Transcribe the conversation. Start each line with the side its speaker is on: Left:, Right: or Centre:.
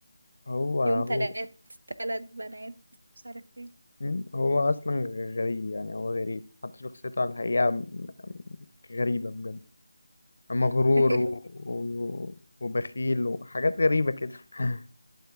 Left: هو هو
Right: يوم ثلاث ثلاث بنات مش عارف ايه
Left: مم. هو اصلا غريب يعني هو غريب حتى شخصيته على الحقيقة م- م- غريبة بجد مغرور
Right: <laughs> أيوه
Left: و... و... وبخيل وحاجات غريبة كده <laughs>